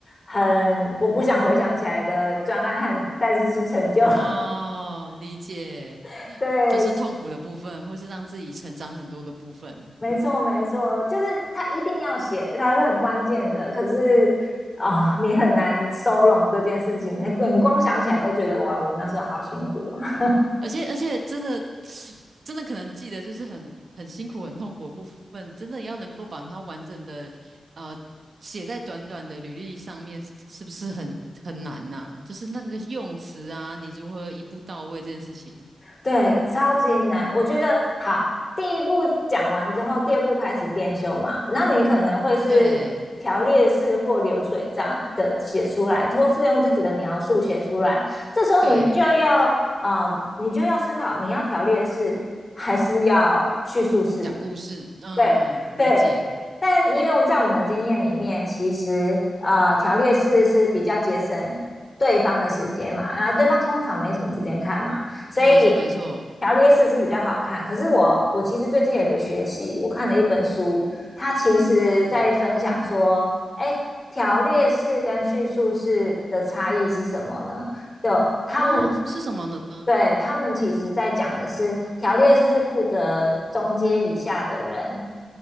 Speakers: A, on the left; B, on the right.
A: 很我不想回想起来的专案和，但是是成就。
B: <laughs> 哦，理解。
A: <laughs> 对，
B: 这是痛苦的部分，或是让自己成长很多的部分。
A: 没错，没错，就是他一定要写，他是很关键的。可是哦，你很难收拢这件事情，那你光想起来都觉得哇，我那时候好辛苦哦。
B: 而且而且真的真的可能记得就是很很辛苦、很痛苦的部分，真的要能够把它完整的呃写在短短的履历上面，是不是很很难呐、就是那个用词啊，你如何一步到位这件事情，
A: <laughs> 对，超级难。我觉得好，第一步讲完之后，第二步开始编修嘛，那你可能会是条列式或流水账的写出来，
B: 对
A: 或是用自己的描述写出来。这时候你就要呃，
B: 对，
A: 你就要思考，你要条列式还是要叙述式？
B: 讲故事，嗯，
A: 对对，
B: 理解，
A: 但因为我们在我们的经验里面，其实呃，条列式是比较节省对方的时间嘛，然后对方通常没什么时间看嘛，所以
B: 没错没错，
A: 条列式是比较好看。可是我我其实最近有一个学习，我看了一本书，它其实在分享说，
B: 嗯嗯嗯，
A: 哎，条列式跟叙述式的差异是什么呢？就他们
B: 哦，是什么呢？
A: 对他们其实在讲的是条列式是负责中阶以下的人。